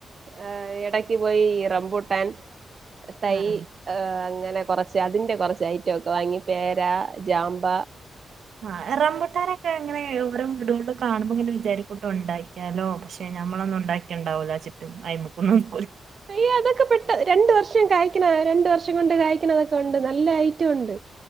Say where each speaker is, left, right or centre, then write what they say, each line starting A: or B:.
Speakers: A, on the right (about 45°); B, on the right (about 70°).
A: ഏഹ് എടക്ക് പോയി ഇ റംപൂട്ടാൻ തൈ
B: ആഹ്
A: ഏഹ് അങ്ങനെ കൊറച്ച് അതിന്റെ കൊറച്ച് ഐറ്റൊക്കെ വാങ്ങി പേര, ജാംമ്പ.
B: ആഹ് റംപൊട്ടാനെക്കെ ങ്ങനെ ഓരോ വീടോൾലും കാണുമ്പോങ്ങനെ വിചാരിക്കൂട്ടോ ണ്ടാക്ക്യാലോ പക്ഷെ ഞമ്മളൊന്നു ണ്ടാക്ക്യാ ഇണ്ടാവൂല വിചാരിച്ച്ട്ട് അയമക്കൊന്നും ന്ക്കൂല.
A: <unintelligible> അതൊക്കെ പെട്ട രണ്ട് വർഷം കായ്ക്ക്ണ രണ്ട് വർഷം കൊണ്ട് കായ്ക്ക്ണ തൊക്കെ ഉണ്ട് നല്ല ഐറ്റം ഉണ്ട്